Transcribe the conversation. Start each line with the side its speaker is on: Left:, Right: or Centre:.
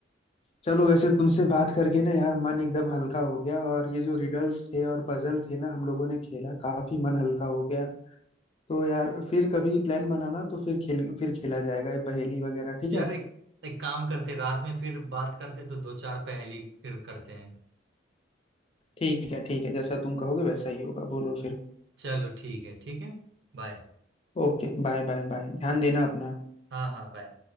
Left: चलो वैसे तुमसे बात करके ना यार मन एकदम हल्का हो गया और ये जो रिडल्स थे और पजल थे ना हम लोगों ने खेला काफी मन हल्का हो गया तो यार फिर कभी प्लान बनाना तो फिर खेल फिर खेला जाएगा ये पहेली वगैरह ठीक
Right: यार
Left: है
Right: एक एक काम करते रात में फिर बात करते तो दो चार पहेली फिर करते हैं
Left: ठीक है ठीक है जैसा तुम कहोगे वैसा ही होगा बोलो फिर
Right: चलो ठीक है ठीक है बाय
Left: ओके बाय बाय बाय ध्यान देना अपना
Right: हाँ हाँ बाय